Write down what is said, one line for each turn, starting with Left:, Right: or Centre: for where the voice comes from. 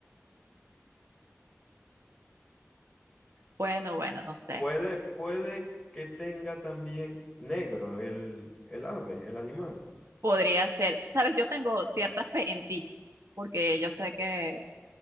Right: Bueno, bueno, no sé.
Centre: Puede, puede que tenga también negro el, el ave, el animal.
Right: Podría ser. Sabes, yo tengo cierta fe en ti, porque yo sé que,